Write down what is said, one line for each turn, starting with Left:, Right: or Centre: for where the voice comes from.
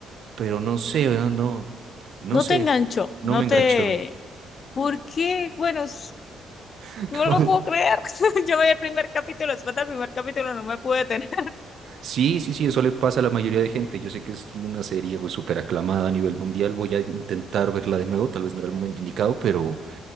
Right: pero no sé, no, no, no
Left: no
Right: sé,
Left: te enganchó,
Right: no
Left: no
Right: me enganchó.
Left: te... ¿Por qué? Bueno, s-
Right: <laughs>
Left: no lo puedo creer. <laughs> Yo veía el primer capítulo, después del primer capítulo no me pude detener. <laughs>
Right: Sí, sí, sí, eso le pasa a la mayoría de gente. Yo sé que es una serie pues, súper aclamada a nivel mundial. Voy a intentar verla de nuevo, tal vez no era el momento indicado, pero,